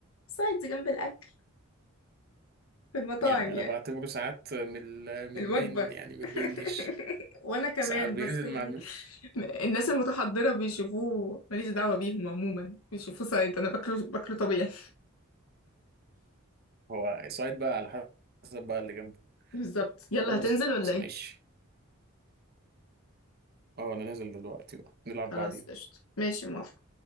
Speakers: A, on the left; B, on the right.
A: سايدز جنب الاكل في المطاعم
B: يعني
A: يعني
B: انا بعتبره ساعات من ال- من
A: الوجبة
B: المين يعني من
A: <laughs>
B: المين ديش
A: وانا كمان
B: ساعات بينزل
A: بس يعني
B: مع المين
A: الناس المتحضرة بيشوفوه ماليش دعوة بيهم عموما بيشوفوه سايد انا باكله باكله طبيعي
B: هو سايد بقى على حسب بقى اللي جنبه
A: <laughs> بالظبط يلا
B: خلاص
A: هتنزل ولا ايه
B: ماشي اه انا نازل دلوقتي بقى نلعب
A: خلاص
B: بعدين
A: قشطة ماشي موافقة